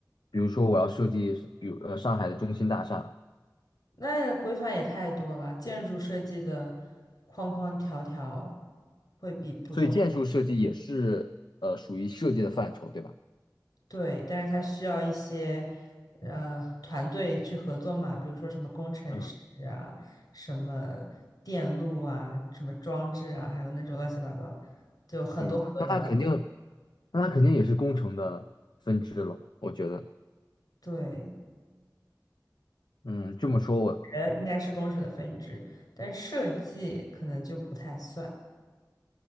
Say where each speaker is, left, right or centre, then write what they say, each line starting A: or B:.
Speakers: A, on the left (about 80°); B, on the left (about 65°).
A: 比如说我要设计，比如呃上海的中心大厦，
B: 那规范也太多了，建筑设计的框框条条。会比不。
A: 所以建筑设计也是呃属于设计的范畴，对吧？
B: 对，但是它需要一些呃团队去合作嘛，比如说什么工程师啊，
A: 嗯，
B: 什么电路啊，什么装置啊，还有那种乱七八糟的，就很多很多要。
A: 对，那它肯定，那它肯定也是工程的分支了，我觉得。
B: 对，
A: 嗯，这么说我，
B: 呃，应该是工程的分支，但设计可能就不太算。